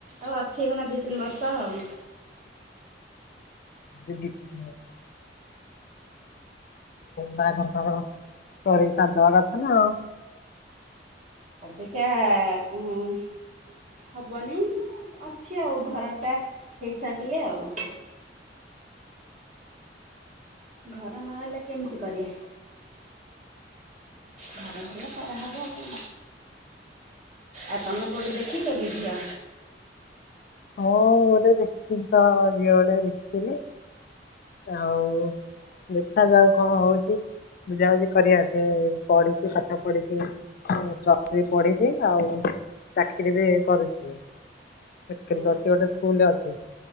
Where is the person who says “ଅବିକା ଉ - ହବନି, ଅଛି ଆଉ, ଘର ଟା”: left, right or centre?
Right